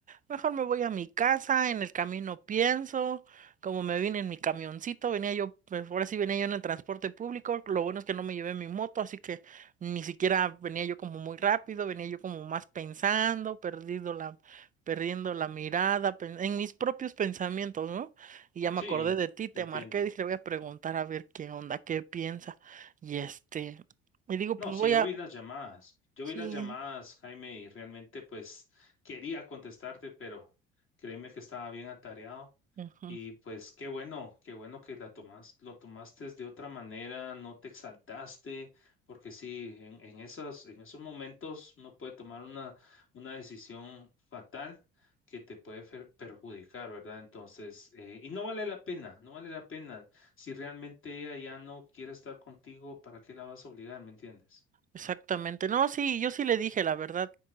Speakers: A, on the right (about 25°); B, on the left (about 45°).
A: mejor me voy a mi casa, en el camino pienso, como me vine en mi camioncito, venía yo, pues, ahora sí venía yo en el transporte público, lo bueno es que no me llevé mi moto, así que ni siquiera venía yo como muy rápido, venía yo como más pensando, perdido la, perdiendo la mirada, pen- en mis propios pensamientos, no y ya me
B: Sí,
A: acordé de ti, te
B: te entiendo.
A: marqué, dije, le voy a preguntar a ver qué onda, qué piensa. Y este, y digo,
B: No,
A: pues
B: sí,
A: voy
B: yo
A: a,
B: vi las llamadas. Yo
A: sí,
B: vi las llamadas, Jaime, y realmente pues quería contestarte, pero créeme que estaba bien atareado.
A: ujú,
B: Y pues qué bueno, qué bueno que la tomas, lo tomaste de otra manera, no te exaltaste, porque sí, en, en esas, en esos momentos uno puede tomar una, una decisión fatal que te puede fer- perjudicar, ¿verdad? Entonces, eh, y no vale la pena, no vale la pena. Si realmente ella ya no quiere estar contigo, ¿para qué la vas a obligar? ¿Me entiendes?
A: exactamente. No, sí, yo sí le dije, la verdad,